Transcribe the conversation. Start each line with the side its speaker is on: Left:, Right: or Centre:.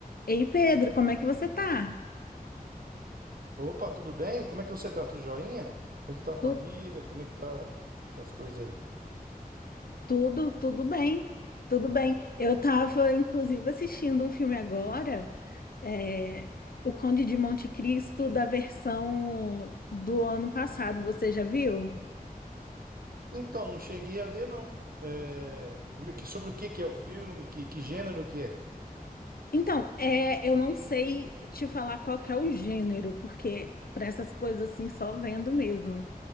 Left: Ei, Pedro, como é que você tá?
Right: Opa, tudo bem? Como é que você tá? Tudo joinha? Como é que tá a família?
Left: Tu-
Right: Como é que tá, tá as coisas aí?
Left: tudo, tudo bem, tudo bem. Eu tava, inclusive, assistindo um filme agora, é, O Conde de Monte Cristo, da versão do ano passado, você já viu?
Right: Então, não cheguei a ver, não. É, como é que, sobre o que que é o filme? Que, que gênero que é?
Left: Então, é, eu não sei te falar qual que é o gênero, porque para essas coisas assim, só vendo mesmo.